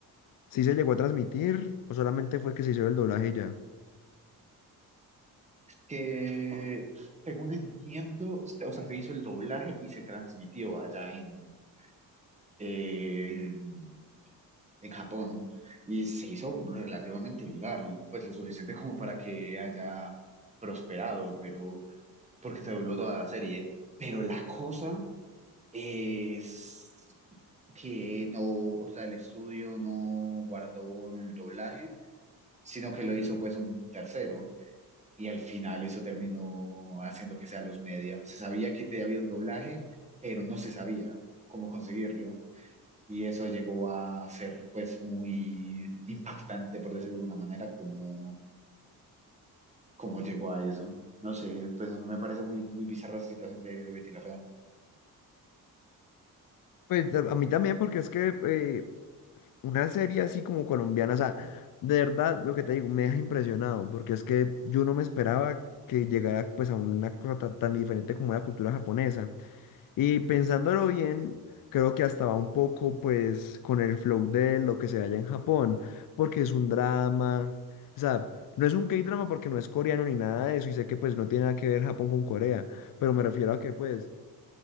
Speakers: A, on the left; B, on the right.
A: sí se llegó a transmitir, o solamente fue que se hizo el doblaje y ya.
B: que según entiendo, se- o sea, se hizo el doblaje y se transmitió allá en, en, en Japón y se hizo relativamente viral, pues lo suficiente como para que haya prosperado, pero porque se dobló toda la serie. Pero la cosa es que no, o sea, el estudio no guardó el doblaje, sino que lo hizo pues un tercero. y al final eso terminó haciendo que sea los media. Se sabía que te había un doblaje, pero no se sabía cómo conseguirlo. Y eso llegó a ser pues muy impactante, por decirlo de alguna manera, cómo, cómo llegó a eso. No sé, pues me parece muy, muy bizarra esa situación de, de Betty la Fea.
A: Pues a, a mí también, porque es que eh, una serie así como colombiana, o sea, de verdad lo que te digo, me deja impresionado, porque es que yo no me esperaba que llegara pues a una cosa tan, tan diferente como la cultura japonesa. Y pensándolo bien, creo que hasta va un poco pues con el flow de lo que se halla en Japón, porque es un drama, o sea, no es un K-drama porque no es coreano ni nada de eso, y sé que pues no tiene nada que ver Japón con Corea, pero me refiero a que pues